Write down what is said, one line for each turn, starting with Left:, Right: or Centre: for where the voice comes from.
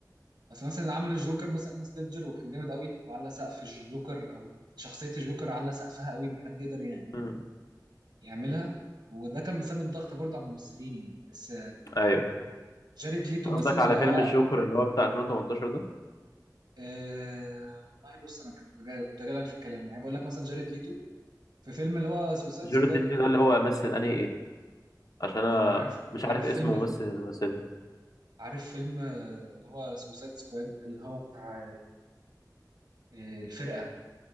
Right: اصل مثلا عمل الجوكر مثلا هيث ليدجر وكان جامد قوي وعلى سقف الجوكر او شخصية الجوكر على سقفها قوي ان حد يقدر يعني
Left: <laughs> مم.
Right: يعملها وده كان مسبب ضغط برضه على الممثلين يعني بس
Left: ايوه
Right: جاريد ليتو
Left: قصدك
Right: مثلا
Left: على
Right: اللي هو
Left: فيلم الجوكر اللي هو بتاع 2018 ده
Right: أه والله بص انا كنت جاي كنت جاي لك في الكلام يعني بقول لك مثلا جاريد ليتو في فيلم اللي هو سوسايد
Left: جورج
Right: سكواد
Left: ليتو
Right: ده
Left: ده اللي هو مثل انهي ايه عشان انا
Right: هقول لك عارف
Left: مش
Right: عارف
Left: عارف اسم
Right: فيلم
Left: ممثل اللي مثله
Right: عارف فيلم آه، اللي هو سوسايد سكواد اللي هو بتاع آه، الفرقه